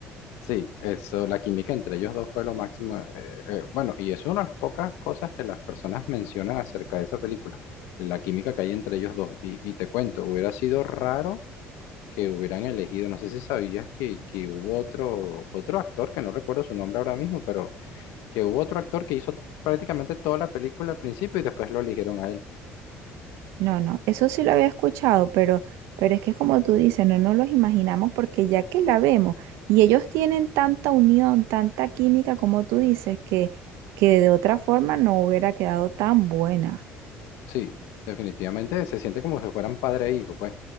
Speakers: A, on the left (about 90°); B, on the right (about 85°).
A: Sí, eso, la química entre ellos dos fue lo máximo. eh, eh, bueno, y es una de las pocas cosas que las personas mencionan acerca de esa película, la química que hay entre ellos dos. Y, y te cuento, hubiera sido raro que hubieran elegido, no sé si sabías que, que hubo otro, otro actor, que no recuerdo su nombre ahora mismo, pero que hubo otro actor que hizo prácticamente toda la película al principio y después lo eligieron a él.
B: No, no, eso sí lo había escuchado, pero, pero es que como tú dices, no nos los imaginamos porque ya que la vemos y ellos tienen tanta unión, tanta química como tú dices, que, que de otra forma no hubiera quedado tan buena.
A: Sí, definitivamente se siente como si fueran padre e hijo, pues.